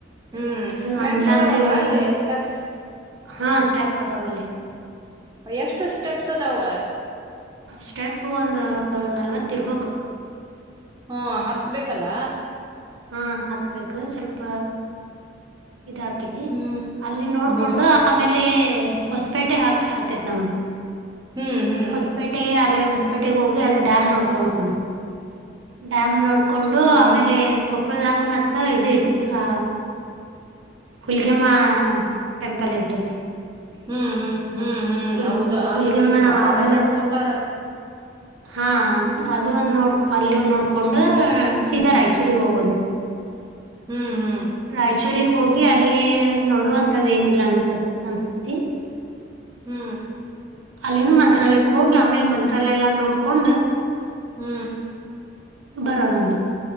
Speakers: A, on the right (about 20°); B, on the right (about 80°).
A: ಹ್ಮ್ ಮೆಟ್ಲದಾವಲ್ಲ
B: ಅಂಜನಾದ್ರಿನು
A: ಅಲ್ಲಿ
B: ಹೋಗ್-
A: ಸ್ಟೆಪ್ಸ್.
B: ಹಾ ಸ್ಟೆಪದಾವಲ್ಲೀ.
A: ಎಷ್ಟು ಸ್ಟೆಪ್ಸ್ ಅದಾವ?
B: ಸ್ಟೆಪ್ ಒಂದ ನಲ್ವತ್ತ ಇರ್ಬೇಕ.
A: ಹು ಹತ್ತ ಬೇಕಲ್ಲ.
B: ಹಾ ಹತ್ಬೇಕ ಸ್ವಲ್ಪ ಇದ ಅಕ್ಕೆತಿ
A: ಹ್ಮ್
B: ಅಲ್ಲಿ ನೋಡ್ಕೊಂಡು. ಆಮೇಲೆ ಹೊಸಪೇಟೆ ಹಾಕ ಹತ್ತೆತ ನಮ್ಮದ.
A: ಹ್ಮ್ ಹ್ಮ್
B: ಹೊಸಪೇಟೆ ಅಲ್ಲಿ ಹೊಸಪೇಟೆಗೆ ಹೋಗಿ ಅಲ್ಲಿ ಡ್ಯಾಮ್ ನೋಡ್ಕೊಂಡ ಹೋಗುನ್ ಡ್ಯಾಮ್ ನೋಡ್. ಕೊಂಡು
A: ಹ್ಮ್
B: ಆಮೇಲೆ ಕೊಪ್ಪಳದಾಗ ಮತ್. ತ್ತ ಇದ ಐತಿ ಆ ಹುಲ್ಗೆಮ್ಮ ಟೆಂಪಲ್ ಐತೆ ಅಲ್ಲೆ.
A: ಹು ಹು ಹು ಹು
B: ಹುಲ್
A: ಹೌದ ಆ
B: ಹುಲಿಗೆಮ್ಮ
A: ದೇವ್ರಿಗೆ ಬಾಳ
B: ಅದನ್ನು
A: ನೆಡ್ಕೊಂತಾರ.
B: ಹಾ ಅದು ಒಂದು ನೋಡ್ಕೊ ಅಲ್ಲಿಂದು ನೋಡಿಕೊಂಡ ಸೀದಾ ರಾಯಚೂರಿಗೆ ಹೋಗೋಣ.
A: ಹು ಹು
B: ರಾಯಚೂರಿಗ ಹೋಗಿ ಅಲ್ಲಿ ನೋಡುವಂತವ ಏನಿಲ್ಲಾ ಅನ್ಸ ಅನಸ್ತತಿ.
A: ಹು
B: ಅಲ್ಲಿನು ಮಂತ್ರಾಲಯಕ್ಕೆ ಹೋಗಿ ಆಮೇಲೆ ಮಂತ್ರಾಲಯ ಎಲ್ಲಾ ನೋಡ್ಕೊಂಡ.
A: ಹು
B: ಬರೋಣಂತ.